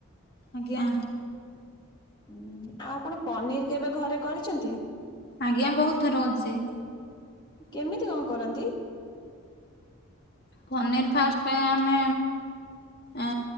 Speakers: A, on the left; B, on the left.
A: ଆଜ୍ଞା।
B: ହଁ ଆଉ ଆପଣ ପନିର କେବେ ଘରେ କରିଛନ୍ତି?
A: ଆଜ୍ଞା ବହୁତ ଥର ଅଛି।
B: କେମିତି କଣ କରନ୍ତି?
A: ପନିର ଫାଷ୍ଟ ଆମେ ଏ